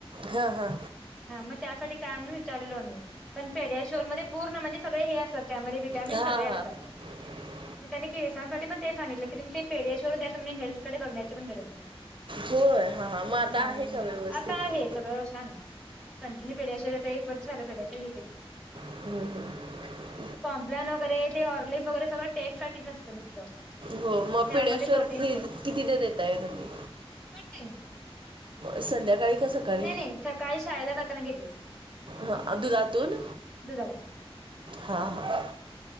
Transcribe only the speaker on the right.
हा, हा,
हा
<unintelligible>
होय हा हा मग आता
आहे का व्यवस्थित
हम्म, हम्म,
हो, मग
पीडयाशुर
किती
दा देताय तुम्ही?
संध्याकाळी का सकाळी
हा दुधातून
हा, हा,